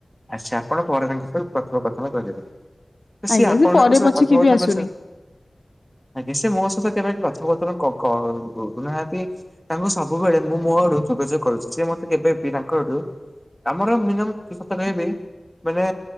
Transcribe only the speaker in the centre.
ଆଚ୍ଛା ଆପଣ ପରେ ତାଙ୍କ ସହ କଥୋପ କଥନ କରିବେ।
ସିଏ ଆପଣଙ୍କ
ସହିତ
କଥୋପ
କଥନ
କରଛନ୍ତି ଆଜ୍ଞା ସେ ମୋ ସହିତ କେବେ କଥୋପ <unintelligible> କ କ କରୁ ନାହାନ୍ତି ତାଙ୍କୁ ସବୁବେଳେ ମୁଁ ମୋ ଆଡୁ ଯୋଗାଯୋଗ କରୁଛି ସିଏ ମତେ କେବେ ବି ତାଙ୍କ ଆଡୁ ଆମର ମିନିମମ୍ ପାଖା ପାଖି ମାନେ